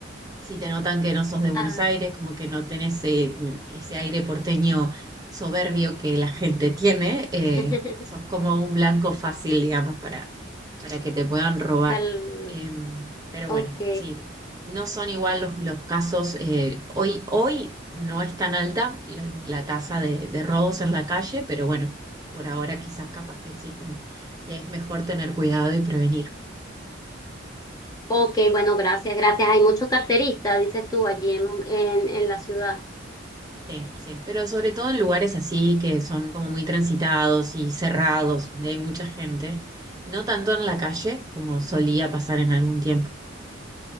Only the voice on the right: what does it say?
si te notan que no sos de Buenos
Aires, como que no tenés eh, mm, ese aire porteño soberbio que la gente tiene, eh,
sos como un blanco fácil, digamos, para, para que te puedan robar.
Eh, pero
bueno, sí, no son igual los, los casos. eh, hoy, hoy no es tan alta la, la tasa de, de robos en la calle, pero bueno, por ahora quizás capaz que existen y es mejor tener cuidado y prevenir.
Sí, sí, pero sobre todo en lugares así que son como muy transitados y cerrados, donde hay mucha gente, no tanto en la calle como solía pasar en algún tiempo.